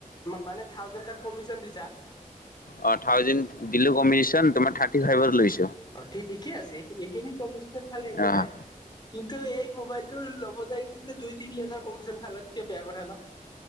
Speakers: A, on the left; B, on the left.
A: মানে থাউজেণ্ড তাক কমিশন দিছা?
B: অ, থাউজেড দিলো কম্বিশ্যন তোমাৰ থাৰ্টি ফাইভত লৈছে।
A: অ, ঠি- ঠিকে আছে, এইখিনি কমিশ্যন খালে একো
B: অঁ
A: নাই। কিন্তু এই মোবাইলটো ল'ব যাই দুই তিনি হাজাৰ কমিশন খালে তেতিয়া বেয়া কথা ন,